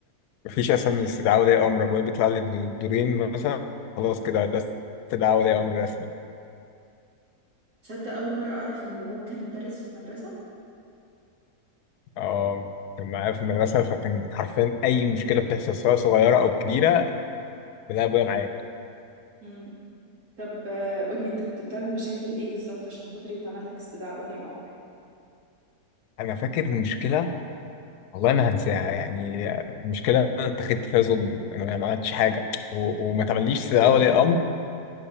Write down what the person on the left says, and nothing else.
أسهل من استدعاء ولي أمر أبويا بيطلع لي بالدورين مثلا خلاص كده ده استدعاء ولي أمر رسمي
آه كان معايا في المدرسة فكان حرفيا أي مشكلة بتحصل سواء صغيرة أو كبيرة بلاقي أبويا معايا
أنا فاكر مشكلة والله ما هنساها يعني المشكلة أنا اتخذت فيها ظلم أنا ما عملتش حاجة و... وما تعمليش
استدعاء
ولي أمر